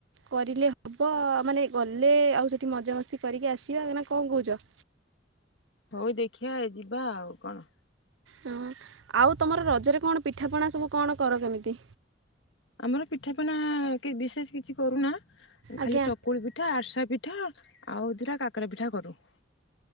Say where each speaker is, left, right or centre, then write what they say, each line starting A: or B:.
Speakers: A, on the right (about 85°); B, on the left (about 70°).
A: କରିଲେ ହବ ମାନେ ଗଲେ ଆଉ ସେଠି ମଜାମସ୍ତି କରିକି ଆସିବା ନା କଣ କହୁଛ?
B: ହଉ ଦେଖିଆ ଯିବା ଆଉ କଣ।
A: ହଁ ଆଉ ତମର ରଜରେ କଣ ପିଠାପଣା ସବୁ କଣ କର କେମିତି।
B: ଆମର ପିଠାପଣା କେ ବିଶେଷ କିଛି କରୁନା
A: ଆଜ୍ଞା
B: ଖାଲି ଚ ଚକୁଳି ପିଠା ଆରିସା ପିଠା ଆଉ ଦିଇଟା କାକେରା ପିଠା କରୁ।